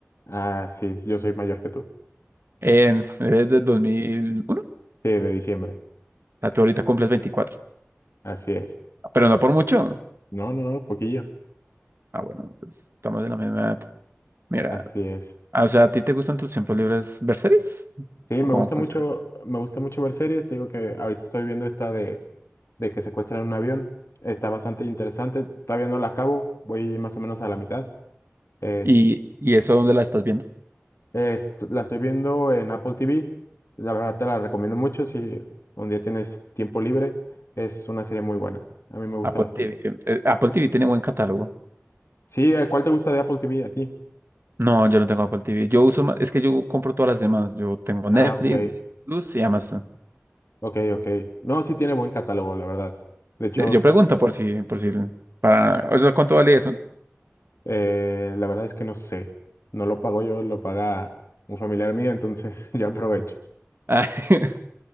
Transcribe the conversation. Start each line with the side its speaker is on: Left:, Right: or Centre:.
Left: Ah, sí, yo soy mayor que tú.
Right: En, eres del 2001. O
Left: Sí, de diciembre.
Right: sea, tú ahorita cumples veinticuatro
Left: Así es.
Right: pero no por mucho.
Left: No, no, no, poquillo.
Right: Ah, bueno, pues estamos en la misma edad. Mira.
Left: Así es.
Right: Ah, O sea, ¿a ti te gustan tus tiempos libres ver series?
Left: Sí,
Right: ¿O
Left: me
Right: cómo
Left: gusta
Right: funciona?
Left: mucho, me gusta mucho ver series. Te digo que ahorita estoy viendo esta de, de que secuestran un avión. Está bastante interesante. Todavía no la acabo. Voy más o menos a la mitad. Es,
Right: ¿Y, y eso dónde la estás viendo?
Left: es- la estoy viendo en Apple TV. La verdad te la recomiendo mucho si un día tienes tiempo libre. Es una serie muy buena. A mí me gusta
Right: Apple
Left: bastante.
Right: TV. eh, eh, Apple TV tiene buen catálogo.
Left: Sí, ¿eh? ¿cuál te gusta de Apple TV a ti?
Right: No, yo no tengo Apple TV. Yo uso más, es que yo compro todas las demás. Yo tengo
Left: Ah,
Right: Netflix,
Left: ok,
Right: Disney Plus y Amazon.
Left: ok, ok. No, sí tiene buen catálogo, la verdad. De hecho,
Right: Eh, Yo pregunto por si, por si, para, o sea, ¿cuánto vale eso?
Left: Eh, la verdad es que no sé. No lo pago yo, lo paga un familiar mío, entonces <laughs> yo aprovecho.
Right: Ah, <laughs>